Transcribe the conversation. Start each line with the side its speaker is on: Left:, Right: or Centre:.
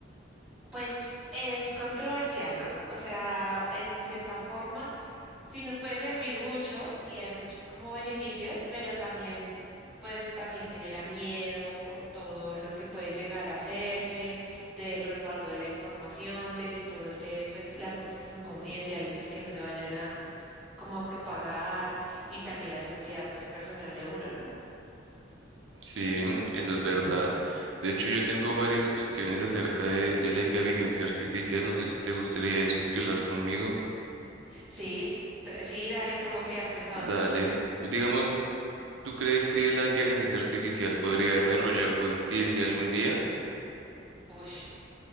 Centre: Pues es controversial, ¿no? O sea, en cierta forma, sí nos puede servir mucho y hay muchos como beneficios, pero también, pues también genera miedo por todo lo que puede llegar a hacerse, del resguardo de la información, de que todo esté, pues las cosas que son confidenciales, pues que no se vayan a como a propagar y también la seguridad, pues personal de uno, ¿no?
Right: Sí, eso es verdad. De hecho, yo tengo varias cuestiones acerca de, de la inteligencia artificial. No sé si te gustaría discutirlas conmigo.
Centre: Sí, d- sí, dale, ¿cómo que has pensado
Right: Dale.
Centre: tú?
Right: Digamos, ¿tú crees que la inteligencia artificial podría desarrollar conciencia algún día?
Centre: Uy,